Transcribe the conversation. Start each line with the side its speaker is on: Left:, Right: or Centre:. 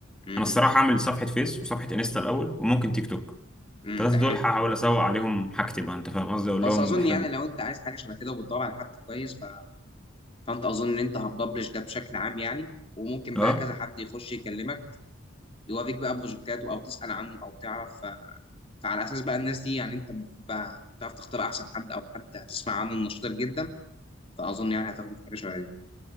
Left: امم
Centre: انا الصراحه اعمل صفحه فيس وصفحه انستا الاول وممكن تيك توك
Left: امم
Centre: الثلاثه
Left: ده حلو
Centre: دول هحاول اسوق عليهم حاجتي بقى انت فاهم قصدي اقول
Left: بس
Centre: لهم
Left: اظن
Centre: احنا
Left: يعني لو انت عايز حاجه شبه كده وبتدور على حد كويس فانت اظن ان انت هتبلش ده بشكل عام يعني وممكن
Centre: اه
Left: بقى كذا حد يخش يكلمك يوافق بقى بروجكتاته او تسال عنه او تعرف ف... فعلى اساس بقى الناس دي يعني انت المفروض بقى تعرف تختار احسن حد او حد هتسمع عنه النشاط جدا فاظن يعني هتاخده في حاجه شبه دي